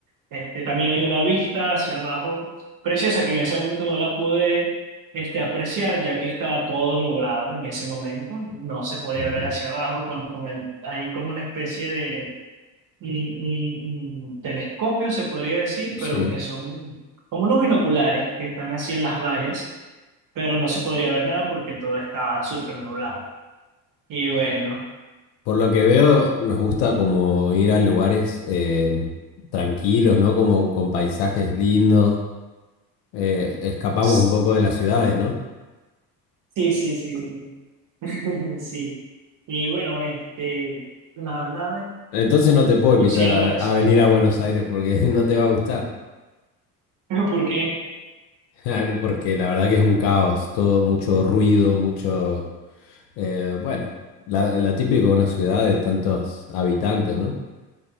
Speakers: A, on the right; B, on the left.
A: Este, también hay una vista hacia abajo preciosa que en ese momento no la pude, este, apreciar ya que estaba todo nublado en ese momento. No se podía
B: Ujú.
A: ver hacia abajo con, con el, hay como una especie de mm, mm, mm, telescopio, se podría decir,
B: Sí.
A: pero que son como unos binoculares que están así en las vallas pero no se podría ver nada porque todo estaba súper nublado. Y bueno,
B: Por lo que veo, nos gusta como ir a lugares eh, tranquilos, ¿no? Como con paisajes lindos. Eh, escapamos
A: sí,
B: un poco de las ciudades, ¿no?
A: sí, sí, sí. <laughs> Sí. Y bueno, este, la verdad,
B: Entonces no te puedo invitar
A: pues si hablas,
B: a, a venir a Buenos Aires porque <laughs> no te va a gustar.
A: <laughs> porque,
B: <laughs> Porque la verdad que es un caos, todo mucho ruido, mucho... eh, bueno, la, la típico de una ciudad de tantos habitantes, ¿no?